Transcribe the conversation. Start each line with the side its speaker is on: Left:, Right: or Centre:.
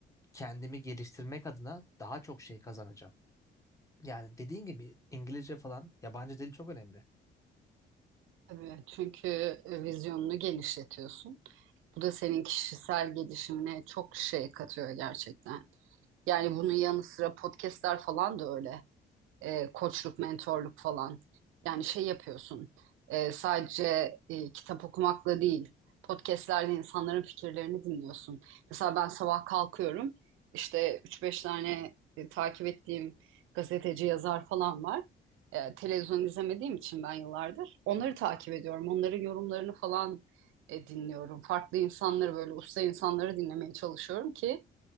Left: kendimi geliştirmek adına daha çok şey kazanacağım. Yani dediğin gibi İngilizce falan yabancı dil çok önemli.
Right: Tabii çünkü e, vizyonunu genişletiyorsun. Bu da senin kişisel gelişimine çok şey katıyor gerçekten. Yani bunun yanı sıra podcastler falan da öyle e, koçluk, mentorluk falan. Yani şey yapıyorsun, e, sadece e, kitap okumakla değil, podcastlerde insanların fikirlerini dinliyorsun. Mesela ben sabah kalkıyorum, işte üç beş tane e, takip ettiğim gazeteci, yazar falan var. E, televizyon izlemediğim için ben yıllardır onları takip ediyorum, onların yorumlarını falan e, dinliyorum. Farklı insanları böyle usta insanları dinlemeye çalışıyorum ki